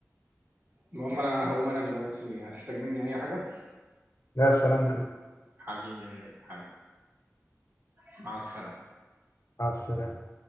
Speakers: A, on the right (about 55°); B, on the left (about 85°).
A: المهم أنا هقوم أنا دلوقتي هتحتاج مني أي حاجة
B: يا سلامتك
A: حبيبي يا غالي حبيبي مع السلامة
B: مع السلامه